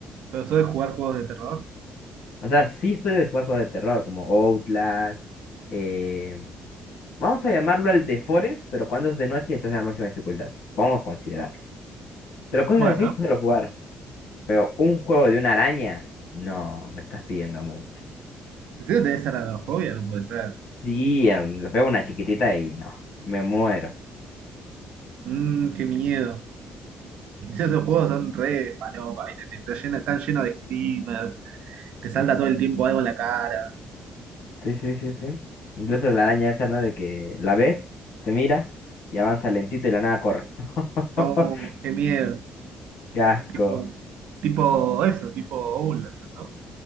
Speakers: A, on the right (about 65°); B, on the left (about 70°).
A: Pero soy de jugar juegos de terror.
B: O sea, sí soy de jugar juegos de terror, como Outlast. eh, vamos a llamarlo el de Forest, pero cuando es de noche y estás en la máxima dificultad. Vamos a considerarlo. Pero cosas
A: Bueno,
B: así, suelo jugar. Pero un juego de una araña, no, me estás pidiendo mucho.
A: ¿En serio te da esa aracnofobia? No puede ser.
B: Sí, em, le pego una chiquitita y no, me muero.
A: Mmm, qué miedo. Sí, esos juegos son re falopa, ¿viste? Te- te llena- están llenos de screamers, te salta todo el tiempo algo en la cara.
B: Sí, sí, sí, sí. Incluso la araña esa, ¿no? De que la ves, te mira y avanza lentito y la nada corre. <laughs>
A: No, qué miedo.
B: Qué asco.
A: Tipo, tipo eso, tipo Outlast, ¿no?